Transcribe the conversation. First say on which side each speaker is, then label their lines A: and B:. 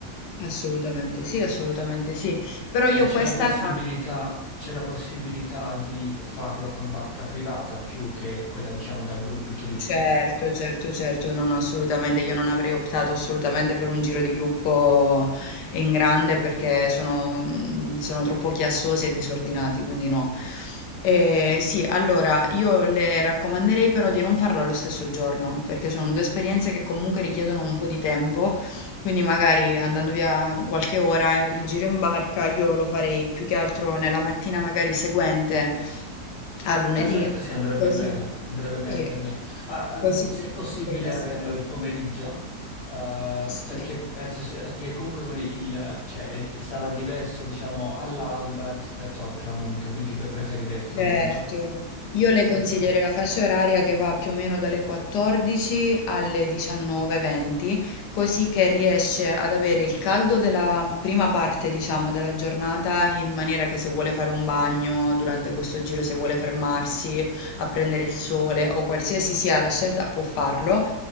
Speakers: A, on the left; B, on the left.
A: assolutamente sì, assolutamente
B: Ok.
A: sì, però io
B: E c'è
A: questa...
B: la possibilità, c'è la possibilità di farlo con barca privata più che quella, diciamo, da gruppi turistica.
A: Certo, certo, certo, no, no, assolutamente. Io non avrei optato assolutamente per un giro di gruppo in grande perché sono, mm, sono troppo chiassosi e disordinati, quindi no. Eh, sì, allora io le raccomanderei però di non farlo allo stesso giorno perché sono due esperienze che comunque richiedono un po' di tempo, quindi magari andando via qualche ora, eh, il giro in barca io lo farei più che altro nella mattina magari seguente a lunedì.
B: Perfetto, sì, andrebbe
A: Così.
B: bene, andrebbe bene
A: Sì,
B: per me. Ah, ehm,
A: poi si
B: se è possibile
A: si può rilassare.
B: averlo il pomeriggio, eh,
A: Sì,
B: perché penso se- che comunque con il, cioè, è di- sarà diverso, diciamo, all'alba rispetto al tramonto, quindi puoi preferire il tramonto.
A: Certo, io le
B: Ok.
A: consiglierei la fascia oraria che va più o meno dalle 14 alle 19:20, così che riesce ad avere il caldo della prima parte, diciamo, della giornata, in maniera che se vuole fare un bagno durante questo giro, se vuole fermarsi a prendere il sole o qualsiasi sia la scelta, può farlo.